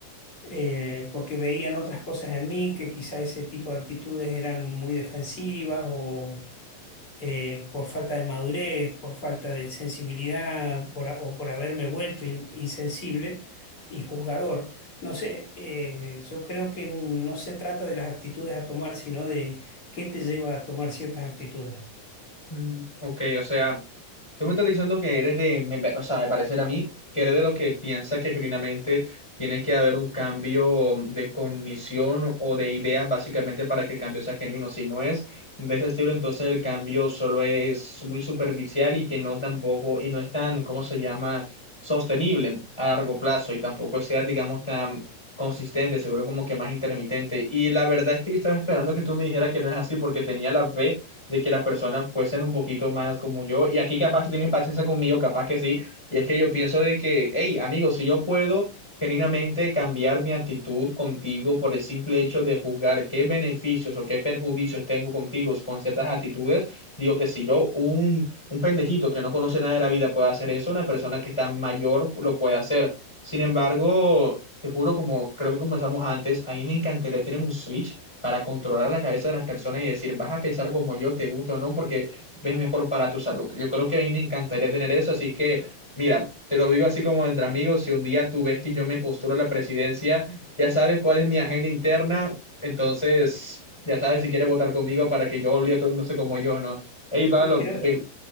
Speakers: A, on the left; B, in the centre.
A: eh, porque veían otras cosas en mí que quizá ese tipo de actitudes eran muy defensivas o eh, por falta de madurez, por falta de sensibilidad, por a- o por haberme vuelto in- insensible y juzgador. No sé, eh, yo creo que no se trata de las actitudes a tomar, sino de qué te lleva a tomar ciertas actitudes.
B: Mm, ok, o sea... Tú me estás diciendo que eres de, me, me- o sea, me parece a mí que eres de los que piensa que genuinamente tiene que haber un cambio de cognición o de ideas básicamente para que el cambio sea genuino. Si no es de ese estilo, entonces el cambio solo es muy superficial y que no tampoco, y no es tan, ¿cómo se llama?, sostenible a largo plazo y tampoco sea, digamos, tan consistente, seguro como que más intermitente. Y la verdad es que yo estaba esperando que tú me dijeras que no es así porque tenía la fe de que las personas fuesen un poquito más como yo. Y aquí capaz tú tienes paciencia conmigo, capaz que sí. Y es que yo pienso de que, hey, amigo, si yo puedo genuinamente cambiar mi actitud contigo por el simple hecho de juzgar qué beneficios o qué perjudicios tengo contigo con ciertas actitudes, digo que si yo, un, un pendejito que no conoce nada de la vida puede hacer eso, una persona que está mayor lo puede hacer. Sin embargo... Te juro, como creo que comenzamos antes, a mí me encantaría tener un Switch para controlar la cabeza de las personas y decir, vas a pensar como yo, te gusta o no, porque ves mejor para tu salud. Yo creo que a mí me encantaría tener eso, así que, mira, te lo digo así como entre amigos, si un día tú ves que yo me posturo a la presidencia, ya sabes cuál es mi agenda interna, entonces, ya sabes si quieres votar conmigo para que yo olvide a todo el mundo sé como yo, ¿no? Hey, Pablo,
A: Eh, Creo,
B: te-